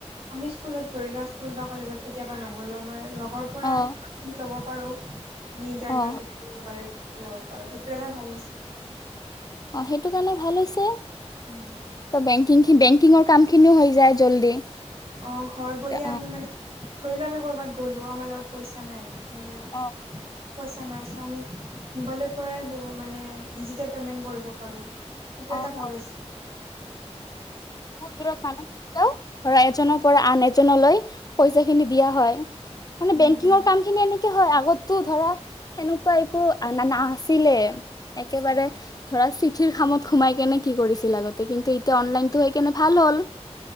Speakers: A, on the right; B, on the left.
A: আমি স্কুলত ধৰিলো স্কুল বা কলেজত কেতিয়াবা নগ'লে আমাৰ লগৰ পৰা
B: অ
A: আমি ল'ব পাৰো ইণ্টাৰনেটৰ
B: অ
A: যোগেদি মবাইলৰ যোগেদি। ল'ব পাৰো সেইটো এটা ভাল হৈছে।
B: অ', সেইটো কাৰণে ভাল হৈছে।
A: উম,
B: ত বেংকিং, বেংকিঙৰ কাম খিনিও হৈ যায় জল্দি।
A: অ', ঘৰত বহিয়ে
B: অ
A: আমি মানে, ধৰিলোৱা আমি কৰবাত গ'লো আমাৰ লগত পইচা নাই, মানে
B: অ',
A: পইচা নাই চ' আমি মবাইলৰ পৰাই মানে ডিজিটেল পেমেন্ট কৰিব পাৰো। সেইটো
B: অ
A: এটা ভাল হৈছে।
B: বহুত দূৰত মানুহ যও ধৰা এজনৰ পৰা আন এজনলৈ পইচা খিনি দিয়া হয়, মানে
A: উম
B: বেংকিঙৰ
A: উম
B: কাম খিনি এনেকে হয় আগত তো ধৰা সেনেকুৱা একো নাছিলে একেবাৰে ধৰা চিঠিৰ খামত সোমাই কেনে কি কৰিছিল আগতে কিন্তু এতিয়া অনলাইনটো হৈ কেনে ভাল হ'ল।